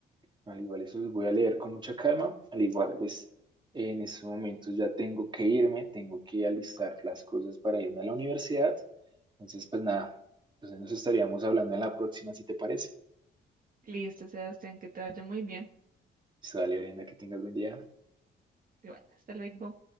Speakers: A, on the right; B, on the right.
A: Al igual, eso los voy a leer con mucha calma. Al igual, pues en estos momentos ya tengo que irme, tengo que alistar las cosas para irme a la universidad. Entonces, pues nada, entonces nos estaríamos hablando en la próxima, si te parece.
B: Listo, Sebastián, que te vaya muy bien.
A: Pues, dale, Brenda, que tengas buen día.
B: Y bueno, hasta luego.